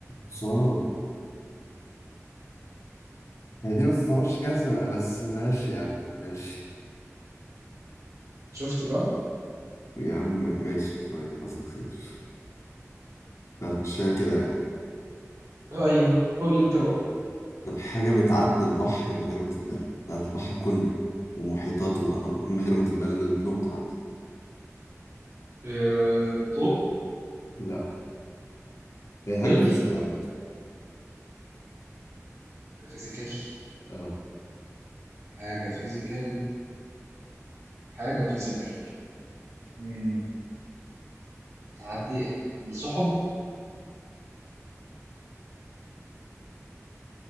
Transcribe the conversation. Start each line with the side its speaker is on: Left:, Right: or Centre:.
Left: حصان هي دي ما تعتبرش جزمة بس ماشي يا عم ماشي
Right: شفت بقى
Left: يا عم ماشي طيب حصل خير هتمشيها كده يعني
Right: آه، ايوه قول لي انت بقى
Left: طب حاجة بتعدي البحر من غير ما تتبل بتعدي البحر كله ومحيطاته وأنا- من غير ما تتبل بنقطة حتى
Right: آه، الضوء
Left: لا
Right: الظل
Left: هي حاجة فيزيكال عامة
Right: حاجه فيزيكال
Left: اه
Right: حاجه فيزيكال حاجه فيزيكال مم. تعدي السحب